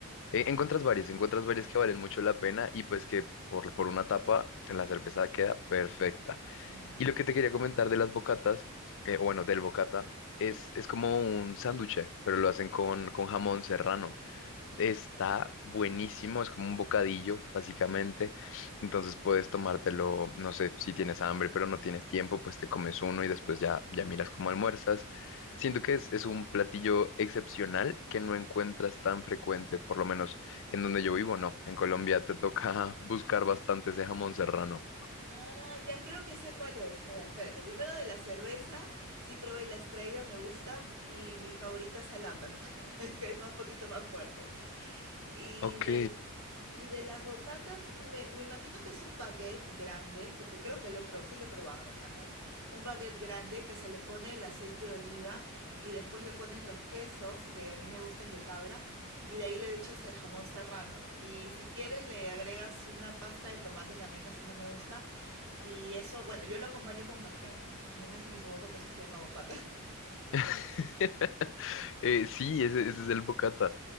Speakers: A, on the left; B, on the right.
A: Eh, encuentras varias, encuentras varias que valen mucho la pena y pues que por, por una tapa la cerveza queda perfecta.
B: Mm.
A: Y lo que te quería comentar de las bocatas, eh, o bueno, del bocata, es, es como un sánduche, pero lo hacen con, con jamón serrano. Está buenísimo, es como un bocadillo, básicamente. Entonces puedes tomártelo, no sé, si tienes hambre, pero no tienes tiempo, pues te comes uno y después ya, ya miras cómo almuerzas. Siento que es, es un platillo excepcional que no encuentras tan frecuente, por lo menos en donde yo vivo, no. En Colombia te toca <laughs> buscar bastante ese jamón serrano.
B: Ah, ya creo que sé cuál es. A ver, espérate. Primero de la cerveza, sí probé la estrella, me gusta. Y mi favorita es Alhambra, <laughs> que es más- un poquito más fuerte. Y
A: Ok.
B: de, Y de las bocatas, me, me imagino que es un baguette grande, porque creo que lo he probado, sí lo he probado, me encanta. Un baguette grande que se le pone el aceite de oliva y después le pones los quesos, que a mí me gusta el de cabra, y de ahí le echas el jamón serrano. Y si quieres le agregas una pasta de tomate que a mí casi no me gusta. Y eso, bueno, yo lo acompaño con café. Dime si me equivoco que eso se llama bocata. <laughs> me
A: <laughs> Eh, sí, ese, ese es el bocata.